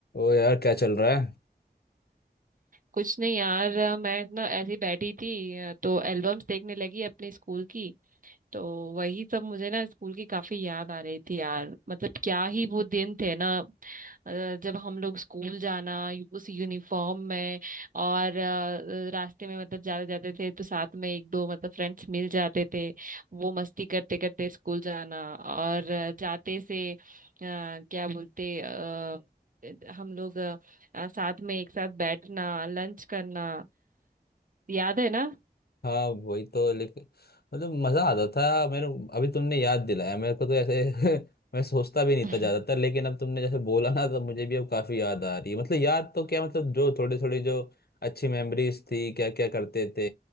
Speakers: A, on the left (about 70°); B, on the right (about 55°).
A: ओ यार क्या चल रहा है
B: कुछ नहीं यार अ, मैं ना ऐसी बैठी थी अ, तो एल्बम्स देखने लगी अपने स्कूल की तो वही सब मुझे ना स्कूल की काफी याद आ रही थी यार मतलब क्या ही वो दिन थे ना अ, जब हम लोग स्कूल जाना यू- उस यूनिफॉर्म में और अ, रास्ते में मतलब जाते जाते थे तो साथ में एक दो मतलब फ्रेंड्स मिल जाते थे वो मस्ती करते करते स्कूल जाना और अ, जाते से अ, क्या बोलते अ, हम लोग अ, अ, साथ में एक साथ बैठना लंच करना याद है ना
A: हाँ वही तो लेकिन मतलब मजा आता था मेरे अभी तुमने याद दिलाया मेरे को तो ऐसे <laughs> मैं सोचता भी नहीं
B: <laughs>
A: था ज्यादातर लेकिन अब तुमने जैसे बोला ना तो मुझे भी अब काफी याद आ रही है मतलब याद तो क्या मतलब जो थोड़ी थोड़ी जो अच्छी मेमोरीज थी क्या क्या करते थे